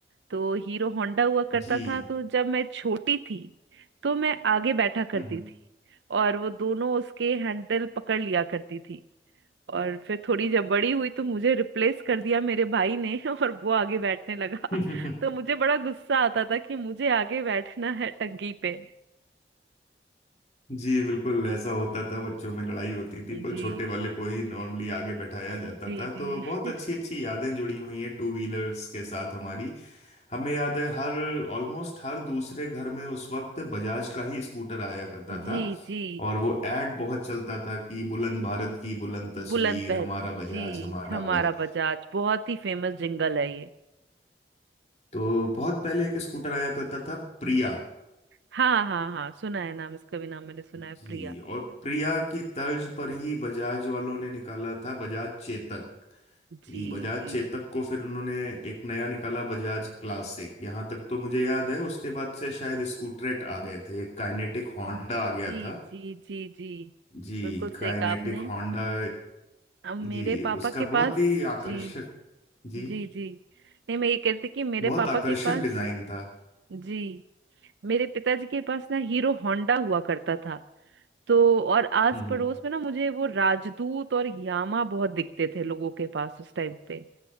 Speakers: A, on the right; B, on the left.
A: तो हीरो होंडा हुआ करता
B: जी
A: था तो जब मैं छोटी थी तो मैं आगे बैठा
B: हम्म
A: करती
B: हम्म।
A: थी और वो दोनों उसके हैंडल पकड़ लिया करती थी और फिर थोड़ी जब बड़ी हुई तो मुझे रिप्लेस कर दिया मेरे भाई ने <laughs> और वो आगे बैठने लगा
B: <laughs>
A: <laughs> तो मुझे बड़ा गुस्सा आता था कि मुझे आगे बैठना है टंकी पे
B: जी बिल्कुल ऐसा होता था बच्चों में लड़ाई होती थी पर
A: जी
B: छोटे वाले को ही नॉर्मली आगे बैठाया जाता
A: जी
B: था
A: जी
B: तो बहुत
A: <laughs>
B: अच्छी अच्छी यादें जुड़ी हुई हैं टू व्हीलर्स के साथ हमारी हमें याद है हर ऑलमोस्ट हर दूसरे घर में उस वक्त बजाज का ही स्कूटर आया करता था
A: जी जी
B: और वो एड बहुत चलता था कि बुलंद भारत की बुलंद तस्वीर
A: बुलंद पहल
B: हमारा बजाज
A: जी
B: हमारा
A: हमारा
B: बजाज
A: बजाज बहुत ही फेमस जिंगल है ये
B: तो बहुत पहले एक स्कूटर आया करता था प्रिया
A: हाँ हाँ हाँ सुना है नाम इसका भी नाम मैंने सुना है
B: जी
A: प्रिया
B: और प्रिया की तर्ज पर ही बजाज वालों ने निकाला था बजाज चेतक
A: जी
B: जी बजाज
A: जी
B: चेतक को फिर उन्होंने एक नया निकाला बजाज क्लासिक यहाँ तक तो मुझे याद है उसके बाद से शायद स्कूटरेट आ गए थे एक काइनेटिक होंडा आ गया
A: जी
B: था
A: जी जी जी
B: जी
A: बिल्कुल सही
B: काइनेटिक
A: कहा आपने
B: होंडा
A: अब मेरे
B: जी
A: पापा
B: उसका
A: के पास
B: बहुत ही आकर्षक
A: जी
B: जी
A: जी जी नहीं मैं ये कहती कि मेरे
B: बहुत
A: पापा
B: आकर्षक
A: के पास
B: डिजाइन था
A: जी मेरे पिताजी के पास ना हीरो होंडा हुआ करता था तो और आस
B: हम्म
A: पड़ोस में ना मुझे वो राजदूत और यामा बहुत दिखते थे लोगों के पास उस टाइम पे